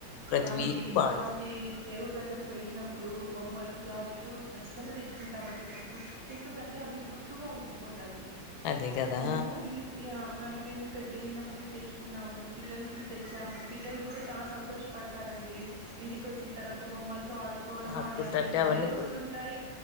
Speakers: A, on the left (about 80°); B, on the right (about 65°).
A: ప్రతి
B: అలాంటి
A: వీక్ బావుంటుంది
B: అలాంటి దేవుడి దగ్గరకి వెళ్ళినప్పుడు బొమ్మలు గాజులు ఖచ్చితంగ దెచ్చుకుంటామండి మనకు ఎందుకంటే అ వి గుర్తుగా ఉండిపోతాయి
A: అదే కదా
B: మేమూ ఈ ఆ మేమిక్కడికెళ్ళినప్పుడు ఇవి తెచ్చుకున్నాము పిల్లలకివి తెచ్చాము పిల్లలు గూడా చానా సంతోష పడతారండి ఇంటికొచ్చిన తర్వాత బొమ్మలు తో ఆడుకోవడం
A: ఆడుకుంటంటే
B: అని అవి ఎన్ని ఎన్ని
A: అవన్నీ
B: రోజులుంటాయి